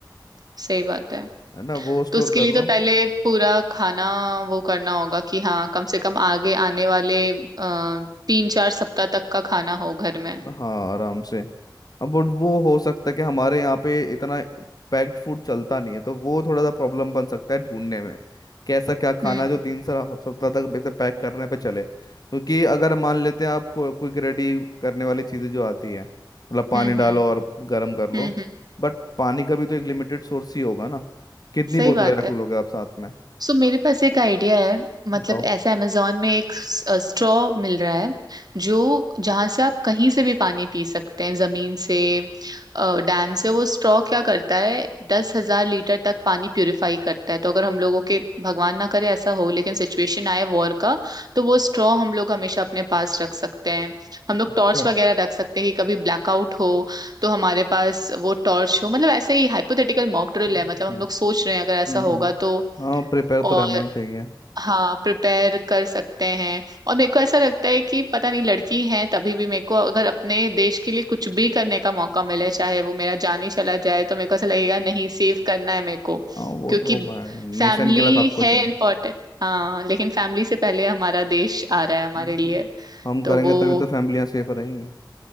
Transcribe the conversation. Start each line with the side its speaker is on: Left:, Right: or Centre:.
Right: सही बात है
Left: है ना वो स्टोर
Right: तो उसके
Left: कर
Right: लिए तो
Left: लो
Right: पहले पूरा खाना वो करना होगा कि हाँ कम से कम आगे आने वाले आ, तीन चार सप्ताह तक का खाना हो घर में
Left: हाँ आराम से अब वो वो हो सकता है कि हमारे यहाँ पे इतना पैक्ड फूड चलता नहीं है तो वो थोड़ा सा प्रॉब्लम बन सकता है ढूंढने में कि ऐसा क्या खाना
Right: हम्म
Left: है जो तीन सर- सप्ताह तक वैसे पैक करने पे चले क्योंकि अगर मान लेते हैं आप को, कोई रेडी करने वाली चीज़ें जो आती है मतलब पानी
Right: हम्म
Left: डालो
Right: हम्म
Left: और गर्म कर लो
Right: हम्म हम्म,
Left: बट पानी का भी तो एक लिमिटेड सोर्स ही होगा ना कितनी
Right: सही
Left: बोतलें
Right: बात
Left: रख
Right: है
Left: लोगे आप साथ में
Right: सो मेरे पास एक आइडिया है मतलब
Left: बताओ
Right: ऐसा अमेजोन में एक स्ट्रॉ मिल रहा है जो जहां से आप कहीं से भी पानी पी सकते हैं जमीन से डैम से वो स्ट्रॉ क्या करता है दस हजार लीटर तक पानी प्यूरिफाई करता है तो अगर हम लोगों के भगवान ना करे ऐसा हो लेकिन सिचुएशन आए वॉर का तो वो स्ट्रॉ हम लोग हमेशा अपने पास रख सकते हैं हम लोग
Left: अच्छा
Right: टॉर्च वगैरह रख सकते हैं कि कभी ब्लैकआउट हो तो हमारे पास वो टॉर्च हो मतलब ऐसे ही हाइपोथेटिकल मॉक ड्रिल
Left: हम्म
Right: है मतलब हम
Left: हम्म
Right: लोग सोच रहे हैं अगर ऐसा
Left: हम्म, हम्म।
Right: होगा तो
Left: हाँ प्रिपेयर तो
Right: और
Left: रहना ही चाहिए
Right: हाँ प्रिपेयर कर सकते हैं और मेरे को ऐसा लगता है कि पता नहीं लड़की है तभी भी मेरे को अगर अपने देश के लिए कुछ भी करने का मौका मिले चाहे वो मेरा जान ही चला जाए तो मेरे को ऐसा लगेगा नहीं सेव करना है मेरे को
Left: हाँ वो
Right: क्योंकि
Left: तो भाई
Right: फैमिली
Left: नेशन के लिए सब कुछ
Right: है
Left: है
Right: इम्पोर्टेंट हाँ लेकिन फैमिली से पहले हमारा देश आ रहा है हमारे
Left: हम्म।
Right: लिए
Left: हम करेंगे
Right: तो वो
Left: तभी तो फैमिलियाँ सेफ रहेंगी